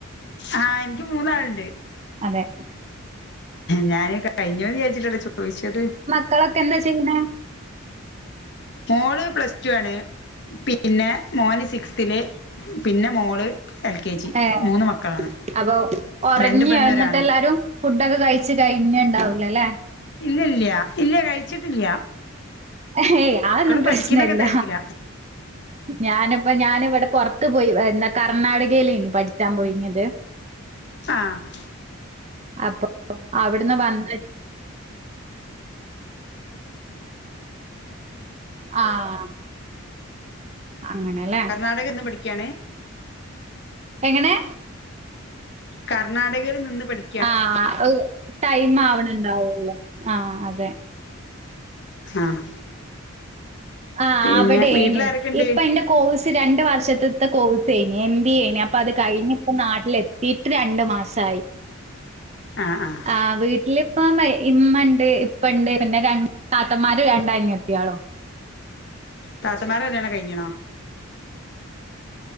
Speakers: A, on the left; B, on the right.
A: ആഹ് എനിക്ക് മൂന്നാള്ണ്ട്
B: അതെ
A: ഞാന് കയിഞ്ഞൂന്ന് വിചാരിച്ചിട്ടാട്ടാ ചോയിച്ചത്
B: മക്കളൊക്കെന്താ ചെയ്യുന്നെ
A: മോള് പ്ലസ് ടു ആണ് പിന്നെ മോന് സിക്സ്ത്തില് പിന്നെ മോള് എൽ കെ ജി
B: ഏഹ്.
A: മൂന്ന് മക്കളാണ്
B: അപ്പൊ ഒറങ്ങിയാ
A: രണ്ട് പെണ്ണും
B: എന്നിട്ടെല്ലാരും
A: ഒരാണും
B: ഫുഡൊക്കെ കഴിച്ച് കഴിഞ്ഞ്ണ്ടാവൂലല്ലേ
A: ഇല്ലില്ല ഇല്ല കയിച്ചിട്ടില്ല
B: ഹേയ് അതൊന്നും പ്രശ്നില്ല
A: പഠിക്കണൊക്കെ തിരക്കില
B: ഞാനിപ്പോ ഞാനിവിടെ പൊറത്ത് പോയി എന്താ കർണാടകയിലേഞ്ഞു പഠിച്ചാൻ പോയിഞ്ഞത് <inaudible>
A: ആഹ്
B: അപ്പൊ അവിടുന്ന് വന്നി ആഹ് അങ്ങനെല്ലേ
A: ആടെക്കിര്ന്ന് പഠിക്ക്‌ആണ്
B: എങ്ങനെ
A: കർണാടകയിൽ നിന്ന് പഠി
B: ആഹ് അഹ് ടൈമ് ആവണണ്ടാവൊള്ളൂ ആഹ് അതെ
A: ആഹ്
B: ആഹ്
A: പിന്നെ
B: അവടെയ്നി
A: വീട്ടിൽ ആരൊക്കെ ഉണ്ട്
B: ഇപ്പ ന്റെ കോഴ്സ് രണ്ട് വർഷത്ത്ത്തെ കോഴ്സെയ്‌ന് എം ബി എയ്ന് അപ്പത് കഴിഞ്ഞ് ഇപ്പ നാട്ടില് എത്തി <unintelligible> രണ്ട് മാസായി
A: ആഹ് ആഹ്
B: ആഹ് വീട്ടിലിപ്പം ഇമ്മ ണ്ട് ഇപ്പ ണ്ട് പിന്നെ രണ്ട് താത്തന്മാര് രണ്ടനിയത്യാളും
A: താത്തമാരെ കല്യാണം കഴിഞ്‌ണോ